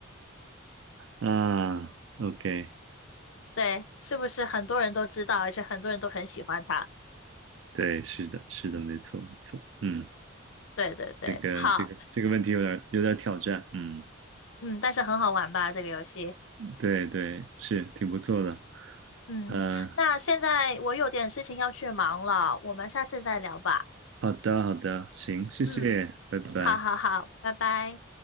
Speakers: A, on the right; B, on the left.
A: 啊，OK，
B: 对，是不是很多人都知道，而且很多人都很喜欢他？
A: 对，是的，是的，没错，没错，嗯，
B: 对对对，
A: 这个这个这个问题有点有点挑战，
B: 好，
A: 嗯，
B: 嗯，但是很好玩吧，这个游戏。
A: 对对，是挺不错的，
B: 嗯，
A: 呃，
B: 那现在我有点事情要去忙了，我们下次再聊吧。
A: 好的好的，行，谢谢，
B: 嗯，
A: 拜拜。
B: 好好好，拜拜。